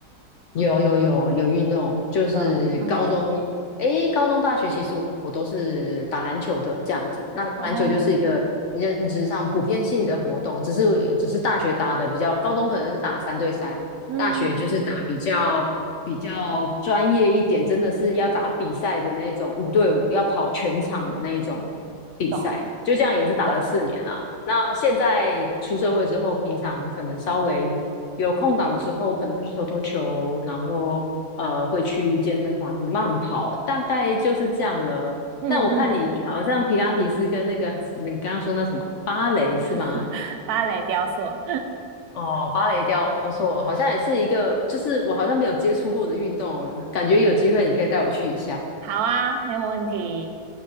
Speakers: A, on the left (about 65°); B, on the right (about 75°).
A: 有有有有运动，就是高中，
B: 呃，OK，
A: 诶，高中、大学其实我都是打篮球的这样子。那篮球就是一个认知上普遍性的活动，
B: 哦，
A: 只是只是大学打的比较，高中可能是打三对三，
B: 嗯，
A: 大学就是打比较比较专业一点，真的是要打比赛的那种五对五，要跑全场的那一种比赛。
B: 懂
A: 就这样也是打了四年啦。
B: 懂，
A: 那现在出社会之后，平常可能稍微。有空档的时候，我可能会去投投球，然后呃会去健身房慢跑，大概就是这样了。
B: 嗯嗯，
A: 但我看你好像皮拉提斯跟那个你刚刚说那什么芭蕾是吗？
B: <laughs> 芭蕾雕塑，
A: 哦，芭蕾雕塑好像也是一个，就是我好像没有接触过的运动啊感觉有机会你可以带我去一下。
B: 好啊，没问题，